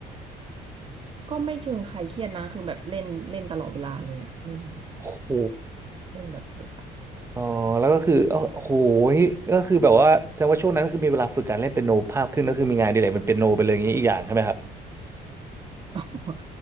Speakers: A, on the right; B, on the right.
A: ก็ไม่เชิงใครเครียดนะคือแบบเล่นเล่นตลอดเวลาเลยอ่ะเล่น
B: โอ้โห
A: เล่นแบบฝึกอ่ะ
B: อ๋อแล้วก็คือเอ้าโอ้โหงี้ก็คือแบบว่าแสดงว่าช่วงนั้นก็คือมีเวลาฝึกการเล่นเปียโนภาพขึ้นก็คือมีงานอดีเลยเป็นเปียโนไปเลยอย่างนี้อีกอย่างใช่ไหมครับ
A: <laughs>